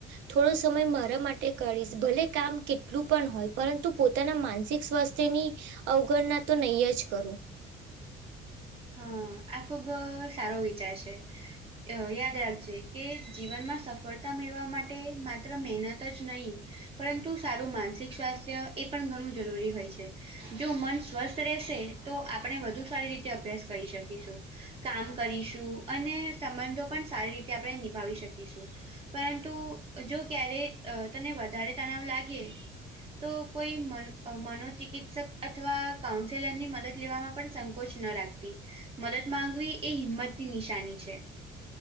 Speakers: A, on the right; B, on the right.
A: થોડો સમય મારા માટે કરીશ. ભલે કામ કેટલું પણ હોય, પરંતુ પોતાના માનસિક સ્વાસ્થ તેની અવગણના તો નહીં જ કરું
B: હા આ ખુબ સારો વિચાર છે. અ યાદ રાખજે કે જીવનમાં સફળતા મેળવા માટે માત્ર મહેનત જ નહીં. પરંતુ માનસિક સ્વાસ્થ્ય એ ઘણું જરૂરી હોય છે. જો મન સ્વસ્થ રહેશે, તો આપણે વધુ સારી રીતે અભ્યાસ કરી શકીશું. કામ કરીશું અને સંબંધો પણ સારી રીતે આપણે નિભાવી શકીશું. પરંતુ જો ક્યારે તને વધારે તણાવ લાગે. તો કોઈ મનોચિકિત્સક અથવા કાઉન્સેલરની મદદ લેવામાં પણ સં કોચ ન રાખતી મદદ માંગવી એ હિંમતની નિશાની છે.